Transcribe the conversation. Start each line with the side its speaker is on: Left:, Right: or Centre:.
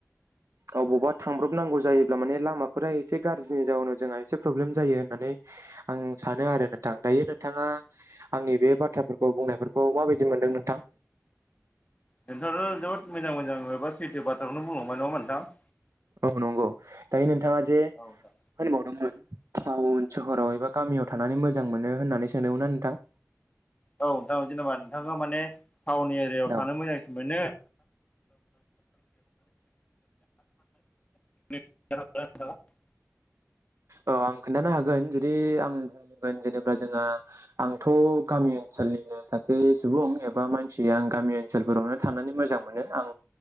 Right: अबावबा थांब्रबनांगौ जायोब्ला माने लामाफोरा एसे गाज्रिनि जाउनाव जोंहा एसे प्रब्लेम जायो होननानै आं सानो आरो नोंथां दायो नोंथाङा आंनि बे बाथ्राफोरखौ बुंनायफोरखौ माबायदि मोन नोथां।
Left: नोंथाङाथ' जोबोद मोजां मोजां हबेबा सैथो बाथ्राखौनो बुंलांबाय नङा होनबा नोंथां।
Right: औ नंगौ दानि नोंथाङा जे
Left: नोंथां
Right: होनबावदोंमोन। टाउन सोहराव एबा गामियाव थानानै मोजां मोनो होननानै सोंदोंमोन ना नोंथां।
Left: औ नोंथाङा जेनेबा नोंथाङा माने टाउन एरियायाव
Right: औ
Left: थानो मोजांसिन मोनो। <unintelligible> म <unintelligible>
Right: औ आं खोनन्थानो हागोन जुदि आं बुंगोन जेनेबा जोंहा आंथ' गामि ओनसोल। ओनसोलनिनो सासे सुबुं एबा मानसि आं गामि ओनसोलफोरावनो थानानै मोजां मोनो आं।